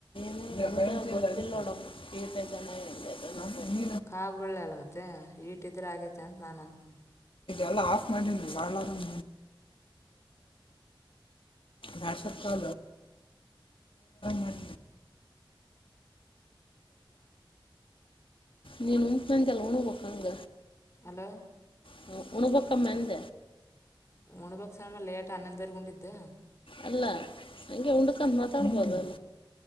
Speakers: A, on the left; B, on the left.
A: ನೊ ವಜನ
B: ಕಾಗಳ್ಳ ಅಲ್ಲ ಮತ್ತೆ ಈಟಿದ್ರೆ ಆಗೇತೆ ಅಂತ ನಾನ್ ಅನ್ಂತನ
A: ಅಲ್ಲ ಆಫ್ ಮಾಡಾರಾಮ ಮಾಡ ಕಾಮ ಮಾಡ ನೀನುನಜ ಲೋಣ ಕೊಕಂಗ
B: ಅಲೋ
A: ಹ್ಮ ಉಣ ಪಕ್ಕ ಮಂದ
B: ಉಣಬಕ್ ಲೇಟ್ ಅನ್ನಂದರ್ಗೊಂಡಿದ್ದ
A: ಅಲ್ಲ ಹಂಗೆ ಉಂಡಕಂದ ಮಾತಾಡ್ಬೋದು